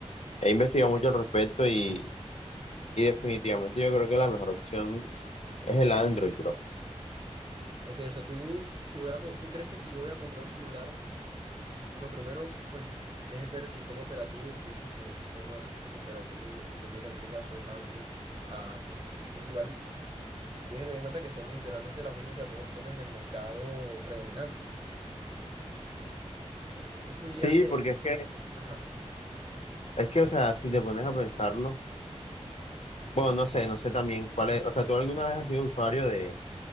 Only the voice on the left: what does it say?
He investigado mucho al respecto y, y definitivamente yo creo que la mejor opción es el Android, bro.
Sí,
porque es que
Es que, o sea, si te pones a pensarlo, bueno, no sé, no sé también cuál es, o sea, ¿tú alguna vez has sido usuario de,